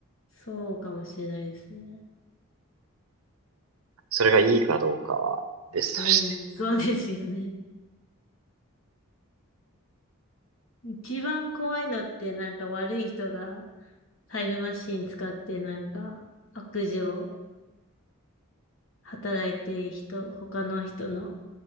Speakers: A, on the left (about 65°); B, on the right (about 80°).
A: そうかもしれないですね。
B: それがいいかどうかは別として。
A: それ、そうですよね。一番怖いのってなんか悪い人がタイムマシン使ってなんか悪事を働いて人、他の人の